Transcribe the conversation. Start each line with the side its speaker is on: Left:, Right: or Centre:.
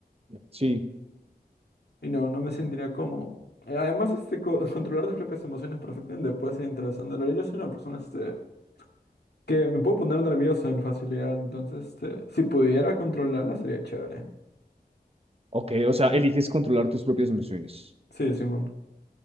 Right: Sí,
Left: Y no, no me sentiría cómodo. Eh, Además, este, co- <laughs> controlar tus propias emociones perfectamente puede ser interesante. En realidad, yo soy una persona este, que me puedo poner nervioso en facilidad. Entonces, este, si pudiera controlarla, sería chévere.
Right: ok, o sea, eliges controlar tus propias emociones.
Left: Sí, Simón.